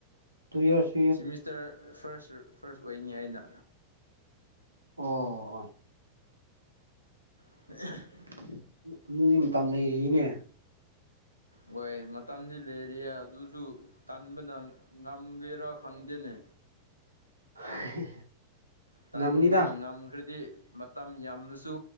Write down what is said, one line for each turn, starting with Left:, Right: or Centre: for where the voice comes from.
Right: two years
Left: semester first first ꯑꯣꯏꯅꯤ ꯍꯥꯏꯅ
Right: ꯑꯣ ꯑꯣ
Left: <unintelligible>
Right: <unintelligible> ꯃꯇꯝ ꯂꯩꯔꯤꯅꯦ
Left: ꯍꯣꯏ ꯃꯇꯝꯗꯤ ꯂꯩꯔꯤꯌꯦ ꯑꯗꯨꯁꯨ ꯇꯟꯕꯅ ꯉꯝꯒꯦꯔꯥ ꯈꯪꯗꯦꯅꯦ
Right: <unintelligible>
Left: ꯇꯟꯕꯅ
Right: ꯉꯝꯅꯤꯗ
Left: ꯉꯝꯈ꯭ꯔꯗꯤ ꯃꯇꯝ ꯌꯥꯝꯅꯁꯨ